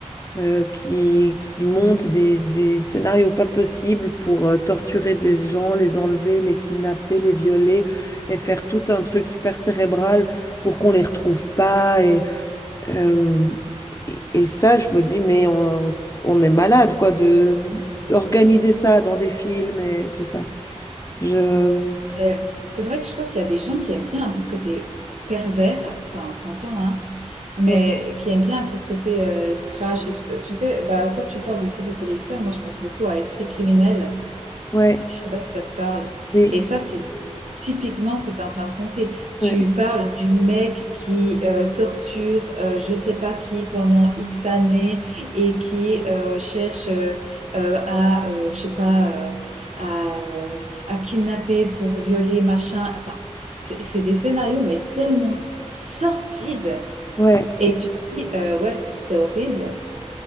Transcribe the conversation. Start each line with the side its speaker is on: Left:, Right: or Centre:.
Left: euh, qui, qui montent des, des scénarios pas possibles pour euh, torturer des gens, les enlever, les kidnapper, les violer et faire tout un truc hyper cérébral pour qu'on les retrouve pas. Et, euh, et, et ça, je me dis, mais on, on est malade, quoi, de, d'organiser ça dans des films et tout ça. Je...
Right: euh, c'est vrai que je crois qu'il y a des gens qui aiment bien un peu ce côté pervers, enfin on s'entend, hein, mais
Left: Ouais,
Right: qui aiment bien un peu ce côté euh, trash et tout ça. Tu sais, bah, quand tu parles de séries policières, moi je pense beaucoup à Esprit criminel,
Left: ouais,
Right: Je ne sais pas si ça te parle.
Left: oui.
Right: Et ça, c'est typiquement ce que tu es en train de raconter. Tu
Left: Ouais.
Right: parles du mec qui euh, torture euh, je ne sais pas qui pendant X années et qui euh, cherche euh, euh, à, euh, je sais pas, euh, à, euh, à kidnapper pour violer, machin. Enfin, c'est c'est des scénarios, mais tellement sordides.
Left: Ouais, je
Right: Et tu te dis, euh, ouais, c'est c'est horrible.